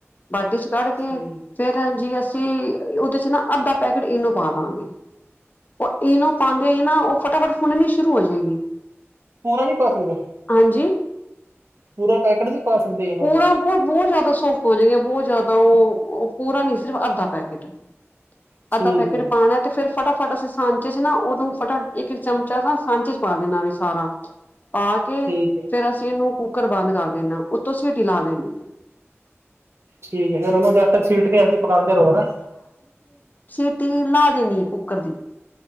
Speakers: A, on the left (about 35°); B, on the right (about 60°).
A: ਬਾਟੀ 'ਚ ਕੱਢ ਕੇ
B: ਠੀਕ
A: ਫੇਰ ਜੀ ਅਸੀਂ ਉਹਦੇ 'ਚ ਨਾ ਅੱਧਾ ਪੈਕੇਟ ਇਨੋ ਪਾ ਦਾਂਗੀ। ਉਹ ਇਨੋ ਪਾਂਦੇ ਹੀ ਨਾ ਉਹ ਫਟਾਫਟ ਫੁਲਨੀ ਸ਼ੁਰੂ ਹੋ ਜਾਏਗੀ।
B: ਪੂਰਾ ਨਹੀਂ ਪਾ ਸਕਦੇ।
A: ਹਾਂਜੀ
B: ਪੂਰਾ ਪੈਕਟ ਨਹੀਂ ਪਾ ਸਕਦੇ ਇਹਨਾਂ
A: ਪੂਰਾ
B: ਦਾ
A: ਬਹੁਤ - ਬਹੁਤ ਜ਼ਿਆਦਾ ਸੋਫਟ ਹੋ ਜਾ ਬਹੁਤ ਜ਼ਿਆਦਾ ਉਹ ਪੂਰਾ ਨਹੀ ਸਿਰਫ ਅੱਧਾ ਪੈਕੇਟ
B: ਠੀਕ
A: ਅੱਧਾ ਪੈਕੇਟ
B: ਹੈ
A: ਪਾਉਣਾ ਤੇ ਫ਼ਿਰ ਫਟਾਫਟ ਅਸੀਂ ਸਾਂਚੇ 'ਚ ਨਾ ਉਹਨੂੰ ਫਟਾ ਇੱਕ ਚਮਚਾ ਤਾਂ ਸਾਂਝੇ 'ਚ ਪਾ ਦੇਣਾ ਵ ਸਾਰਾ ਪਾ ਕੇ
B: ਠੀਕ ਹੈ
A: ਫੇਰ ਅਸੀਂ ਇਹਨੂੰ ਕੁੱਕਰ ਬੰਦ ਕਰ ਦੇਣਾ ਉੱਤੋਂ ਸੀਟੀ ਲਾ ਦੇਣੀ।
B: ਠੀਕ ਏ ਫੇਰ ਉਹਨੂੰ ਜਦ ਤੱਕ ਸੀਟੀ ਨੀ ਆਂਦੀ ਪਕਾਉਂਦੇ ਰੋ ਨਾ।
A: ਸਿਟੀ ਲਾਂ ਦੇਣੀ ਕੂਕਰ ਦੀ